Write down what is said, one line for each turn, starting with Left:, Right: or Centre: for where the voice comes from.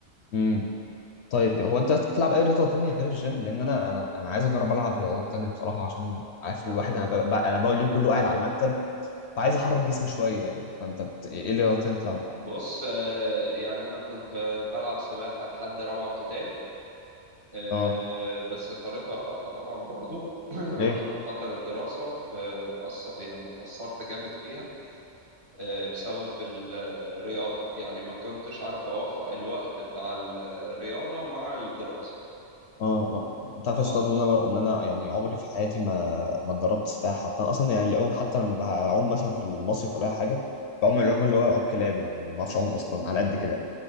Left: امم طيب هو انت أصلاً بتلعب اي رياضه تانية غير الجيم لان انا انا انا عايز اجرب العب رياضات تانية بصراحه عشان عارف
Right: ب-
Left: الواحد انا ب... ب- انا بقول اليوم كله قاعد على المكتب فعايز
Right: مم.
Left: احرك جسمي شويه يعني فانت بت... ايه اللي غلطتني بتلعب
Right: بص آه، يعني انا كنت آه، بلعب سباحة لحد رابعة ابتدائي آه،
Left: اه
Right: آه، بس اضطريت اوقفها طبعا برضه <clears throat>
Left: ليه
Right: عشان خاطر الدراسة آه، أص- يعني قصرت جامد فيها آه، بسبب الرياضة يعني ما كنتش عارف أوفق الوقت بتاع الرياضة مع الدراسة
Left: اه ما- انت عارف
Right: اه
Left: يا اسطى ان انا بر... ان انا يعني عمري في حياتي ما ما اتدربت سباحه بتاع اصلا يعني العوم حتى لما بعوم مثلا في المصيف ولا اي حاجه بعوم
Right: مم.
Left: العوم اللي هو عوم كلابي يعني ما بعرفش
Right: مم.
Left: اعوم اصلا على قد كده يعني